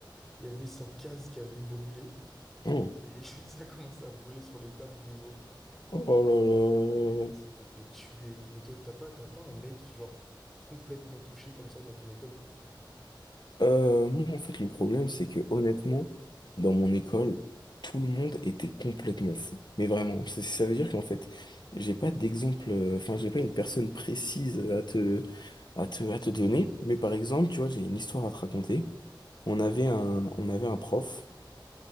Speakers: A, in the centre; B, on the left.
A: il y avait sa case qui avait brûlé
B: Oh,
A: et <laughs> ça commençait à brûler sur les tables des autres.
B: oh là
A: Ah, Mais lui,
B: là.
A: il s'était fait tuer. Mais toi, t'as pas, t'as pas un mec, genre, complètement touché comme ça dans ton école?
B: Euh, moi, en fait, le problème, c'est que honnêtement, dans mon école, tout le monde était complètement fou. Mais vraiment, c'est- ça veut dire qu'en fait, j'ai pas d'exemple, euh, enfin, j'ai pas une personne précise à te, à te, à te donner. Mais par exemple, tu vois, j'ai une histoire à te raconter. On avait
A: Ouais.
B: un, on avait un prof